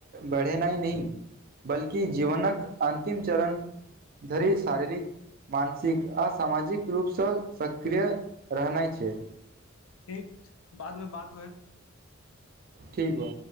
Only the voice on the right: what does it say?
बढ़ेनाइ नहि बल्कि जीवनक अंतिम चरण धरि शारीरिक मानसिक आ सामाजिक रूप सँ सक्रिय रहनाइ छै
ठीक बा